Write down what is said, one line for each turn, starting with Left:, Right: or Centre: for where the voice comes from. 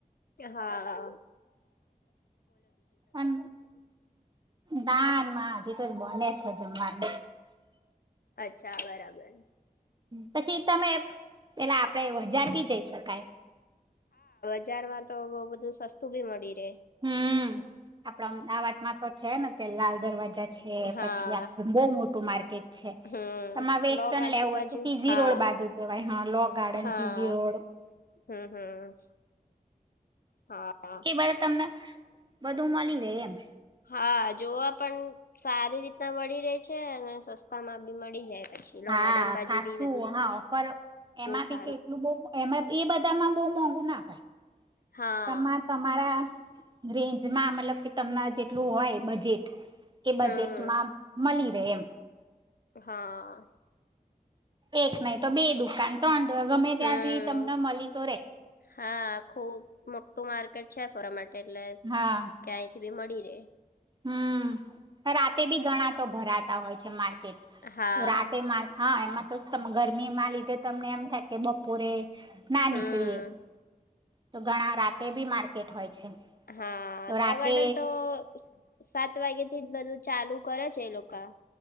Left: હા હા
Right: એમ ના ના હજી તો જ બને છે તે છે માટે <unintelligible>
Left: અચ્છા બરાબર
Right: પછી તમે પેલા આપડે હજાર બી જઈ શકાય
Left: બજાર તો બઉ બધું સસ્તું બી મળી રહેે
Right: હમ આપડા આ અમદાવાદમાં તો છે ને તે લાલ દરવાજા
Left: હા
Right: પછી આખુ બઉ મોટું માર્કેટ છે
Left: હમ
Right: તમાર વેસ્ટર્ન
Left: લો ગાર્ડન
Right: લેવું હોય
Left: બાજુ
Right: તો સીજી
Left: હા
Right: રોડ બાજુ જવાય હા લો ગાર્ડન
Left: હા
Right: સીઝી રોડ
Left: હમ હમ હા
Right: કે બ તમને બધું મળી રહે એમ
Left: હા જોવા પણ સારી રીતના મળી રહે છે અને સસ્તા માં બી મળી જાય પછી લો
Right: હા
Left: ગાર્ડન બાજુ
Right: ખાસું
Left: બી બધું
Right: હા ઓફર એમાં
Left: બહુ
Right: બી
Left: સારું
Right: કેટલું બહુ એમાં એ બધામાં બઉ મોંઘુ ના હોય
Left: હા,
Right: તમાર તમારા રેન્જમાં મતલબ કે તમને જેટલું હોય બજેટ કે બજેટમાં
Left: હમ,
Right: મળી રહે એમ
Left: હા
Right: એક નહી તો બે દુકાન ત્રણ ગમે
Left: હમ,
Right: ત્યાંથી તમને મળી તો રે
Left: હા, ખૂબ મોટું માર્કેટ છે ધોડા માટે એટલે
Right: હા
Left: ક્યાયથી બી મળી રહેે
Right: હમ રાતે બી ગણા તો ભરાતા હોય છે માર્ટ
Left: હા,
Right: રાતે માર હા એમાં તો ગરમી માં લીધે તમને એમ થાય કે બપોરે ના
Left: હમ,
Right: નીકળીએ. તો ઘણા રાતે બી માર્કેટ હોય છે
Left: હા,
Right: તો
Left: લો
Right: રાતે
Left: ગાર્ડન તો સ- સાત વાગ્યા થી જ બધું ચાલુ કરે છે એ લોકા